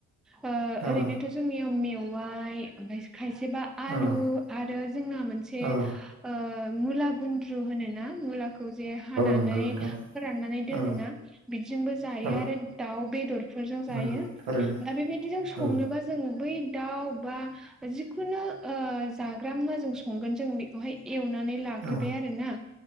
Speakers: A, in the centre; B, on the right (about 85°).
A: ओ
B: औ
A: ओरैनोथ'
B: औ
A: जोंनियाव मेवाइ ओमफाय खायसेबा आलु
B: औ
A: आरो जोंना मोनसे
B: औ
A: ओ मुला गुन्द्रु होनो ना मुला खौ जे हानानै
B: नंगौ नोंथां
A: फोराननानै दोनोना
B: औ
A: बेजोंबो जायो
B: औ
A: आरो दाउ बे <unintelligible> जायो
B: नंगौ थारैनो
A: दा बेबायदिजों संनोबा
B: औ
A: जों बै दाउ बा जिखुनु ओ जाग्रा मुवा जों संगोन जों बेखौहाय एवनानै लाग्रोबाय
B: औ
A: आरोना